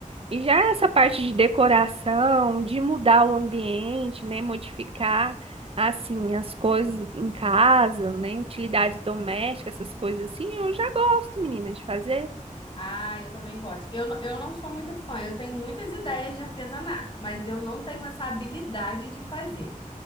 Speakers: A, on the right (about 45°); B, on the left (about 35°).
A: E já essa parte de decoração, de mudar o ambiente, né? Modificar, assim, as coisas em casa, né? Utilidades domésticas, essas coisas assim, eu já gosto, menina, de fazer.
B: Ah, eu também gosto. Eu, n- eu não sou muito fã, eu tenho muitas ideias de artesanato, mas eu não tenho essa habilidade de fazer.